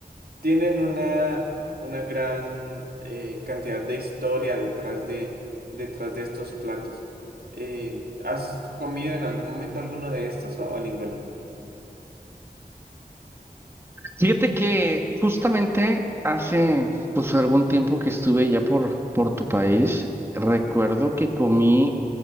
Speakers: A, on the right; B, on the right.
A: tienen una, una gran eh, cantidad de historia detrás de, detrás de estos platos. Eh, ¿has comido en algún momento alguno de estos o, o ninguno?
B: Fíjate que justamente hace pues algún tiempo que estuve ya por, por tu país, recuerdo que comí